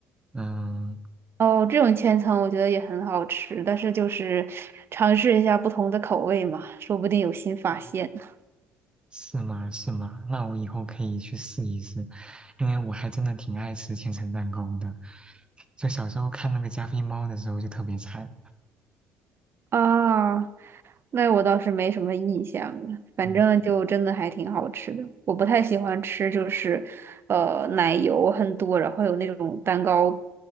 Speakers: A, on the right; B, on the right.
A: 嗯，
B: 哦，这种千层我觉得也很好吃，但是就是尝试一下不同的口味嘛，说不定有新发现呢
A: 嗯是吗？是吗？那我以后可以去试一试，因为我还真的挺爱吃千层蛋糕的。就小时候看那个加菲猫的时候就特别馋，
B: 啊，那我倒是没什么印象了，反正就真的还挺好吃的。
A: 嗯。
B: 我不太喜欢吃，就是呃奶油很多，然后有那种蛋糕